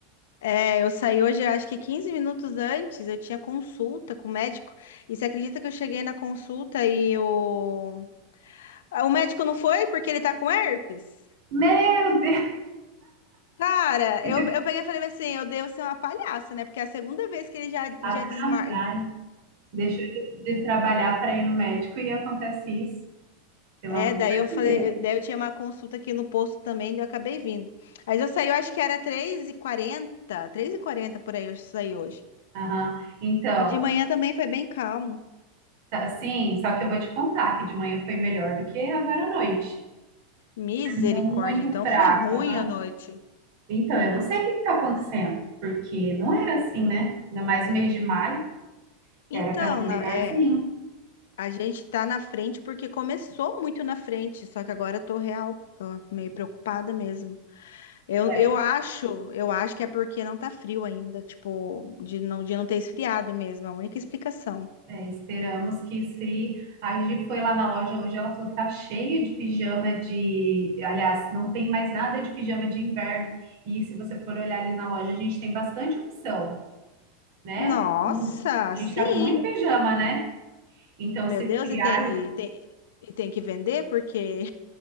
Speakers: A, on the left; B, on the right.
A: É, eu saí hoje, acho que 15 minutos antes, eu tinha consulta com o médico. E você acredita que eu cheguei na consulta e o, Ah, o médico não foi porque ele tá com herpes?
B: Meu Deus,
A: Cara,
B: <laughs>
A: eu,
B: que de
A: eu peguei e falei assim, eu devo ser uma palhaça, né? Porque é a segunda vez que ele já,
B: sacanagem.
A: já desmarca.
B: Deixou de, de trabalhar para ir no médico e acontece isso, pelo
A: É,
B: amor
A: daí eu falei,
B: de Deus.
A: daí eu tinha uma consulta aqui no posto também, daí eu acabei vindo. Mas eu saí, eu acho que era três e quarenta, três e quarenta por aí, eu saí hoje.
B: Aham. Então.
A: E de manhã também foi bem calmo.
B: Tá, Sim, só que eu vou te contar que de manhã foi melhor do que agora à noite.
A: Misericórdia,
B: É Muito
A: então
B: fraca,
A: foi ruim
B: né?
A: a noite.
B: Então, eu não sei o que está acontecendo, porque não era assim, né? Ainda mais no mês de maio,
A: Então,
B: era para estar melhorzinho.
A: na- é, a gente tá na frente porque começou muito na frente, só que agora eu tô real, ó, meio preocupada mesmo. Eu,
B: É,
A: eu acho, eu acho que é porque não tá frio ainda, tipo, de não, de não ter esfriado mesmo, é a única explicação.
B: é, esperamos que esfrie. A Gi foi lá na loja hoje, ela falou que tá cheia de pijama de. Aliás, não tem mais nada de pijama de inverno. E se você for olhar ali na loja, a gente tem bastante opção, né?
A: Nossa,
B: A gente
A: sim!
B: tá com muito pijama, né? Então,
A: Meu
B: se esfriar.
A: Deus, e tem, e tem, e tem que vender, porque